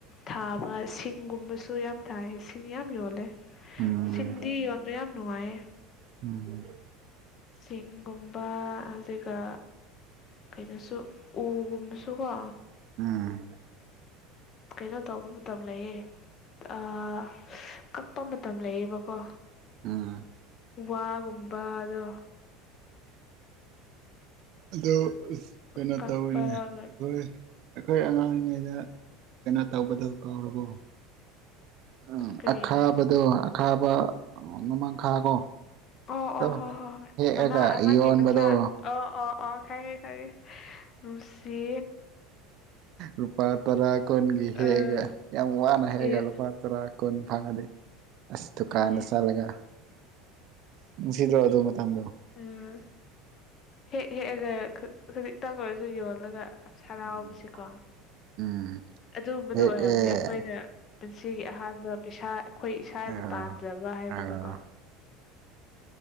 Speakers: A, on the left (about 30°); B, on the right (about 45°).
A: ꯊꯥꯕ ꯁꯤꯡꯒꯨꯝꯕꯁꯨ ꯌꯥꯝ ꯊꯥꯏ ꯁꯤꯡ ꯌꯥꯝ ꯌꯣꯜꯂꯦ
B: ꯎꯝ
A: ꯁꯤꯡꯗꯤꯣꯟꯗꯣ ꯌꯥꯝ ꯅꯨꯡꯉꯥꯏꯌꯦ
B: ꯎꯝ
A: ꯁꯤꯡꯒꯨꯝꯕ ꯑꯗꯨꯒ ꯀꯩꯅꯣꯁꯨ ꯎꯒꯨꯝꯕ ꯁꯨꯡꯒ
B: ꯎꯝ
A: ꯀꯩꯅꯣ ꯇꯧꯕ ꯃꯇꯝ ꯂꯩꯌꯦ ꯑꯥ ꯀꯛꯄ ꯃꯇꯝ ꯂꯩꯌꯦꯕꯀꯣ
B: ꯎꯝ
A: ꯎ ꯋꯥꯒꯨꯝꯕ ꯑꯗꯣ
B: ꯑꯗꯣ ꯀꯩꯅꯣ
A: ꯀꯛꯄꯒ
B: ꯇꯧꯤꯅꯦ ꯑꯩꯈꯣꯏ ꯑꯩꯈꯣꯏ ꯑꯉꯥꯡ ꯑꯣꯏꯔꯤꯉꯩꯗ ꯀꯩꯅꯣ ꯇꯧꯕꯗꯣ ꯀꯥꯎꯔꯕꯣ ꯎꯝ
A: ꯀꯔꯤꯗꯨꯅꯣ
B: ꯑꯈꯥꯕꯗꯣ ꯑꯈꯥꯕ ꯅꯣꯡꯃꯥꯡꯈꯥ ꯀꯣ
A: ꯑꯣ
B: ꯑꯗꯣ
A: ꯑꯣ ꯍꯣ ꯍꯣ ꯍꯣꯏ
B: ꯍꯦꯛꯑꯒ
A: ꯃꯅꯥ ꯑꯃꯒꯤ
B: ꯌꯣꯟꯕꯗꯣ
A: ꯃꯆꯥ ꯑꯣ ꯑꯣ ꯑꯣ ꯈꯥꯏꯔꯦ ꯈꯥꯏꯔꯦ ꯂꯨꯁꯤ
B: ꯂꯨꯄꯥ ꯇꯔꯥ ꯀꯣꯟꯒꯤ
A: ꯑꯥ
B: ꯍꯦꯒ ꯌꯥꯝ ꯋꯥꯅ ꯍꯦꯒ
A: ꯑꯦ
B: ꯂꯨꯄꯥ ꯇꯔꯥ ꯀꯣꯟ ꯐꯪꯉꯗꯤ ꯑꯁ ꯗꯨꯀꯥꯟꯗ
A: ꯑꯗꯨꯅꯦ
B: ꯆꯠꯂꯒ ꯅꯨꯡꯁꯤꯗ꯭ꯔꯣ ꯑꯗꯨ ꯃꯇꯝꯗꯣ
A: ꯎꯝ ꯍꯦꯛ ꯍꯦꯛꯑꯒ ꯈꯖꯤꯛꯇꯪ ꯑꯣꯏꯔꯁꯨ ꯌꯣꯜꯂꯒ ꯑꯁ ꯁꯔꯥꯎꯕꯁꯤꯀꯣ
B: ꯎꯝ ꯎꯝ
A: ꯑꯗꯨꯒꯝꯕꯗꯨꯣ
B: ꯍꯦꯛꯑꯦ
A: ꯑꯣꯏꯔꯝꯅꯤ ꯑꯩꯈꯣꯏꯅ ꯄꯨꯟꯁꯤꯒꯤ ꯑꯍꯥꯟꯕ ꯄꯩꯁꯥ ꯑꯩꯈꯣꯏ ꯏꯁꯥꯅ
B: ꯑꯥ
A: ꯇꯥꯟꯖꯕ ꯍꯥꯏꯕꯗꯨꯀꯣ
B: ꯑꯥ